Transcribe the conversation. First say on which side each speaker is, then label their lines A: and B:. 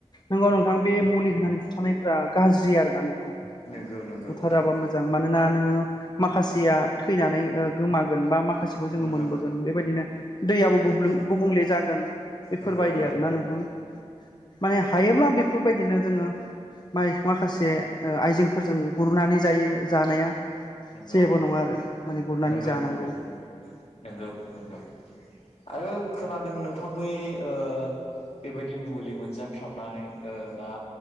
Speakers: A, on the left; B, on the left.
A: नंगौ नोंथां बे मुलि होननानै बुथारनायफोरा गाज्रि आरो ना नोंथां
B: नंगौ नंगौ
A: बुथाराबा
B: नोंथां नोंगौ
A: मोजां मानोना नोङो माखासेया थैनानै ओ गोमागोन बा माखासेखौ जोङो
B: नंगौ
A: मोनबोगोन बेबायदिनो दैयाबो
B: नंगौ
A: गुब्लुं गुबुंले जागोन बेफोरबायदि
B: नंगौ नंगौ
A: आरो ना नोंथां माने हायोब्ला बेफोरबायदिनो जोङो माइ माखासे ओ आइजेंफोरजों गुरनानै जायो जानाया
B: नंगौ
A: जेबो
B: नंगौ
A: नङा आरो माने गुरनानै
B: नंगौ
A: जानांगौ
B: नंगौ नंगौ नंगौ आरो खोनादों नोंथां बै ओ बेबायदि मुलि मोनजाफ्रामनाय ओ ना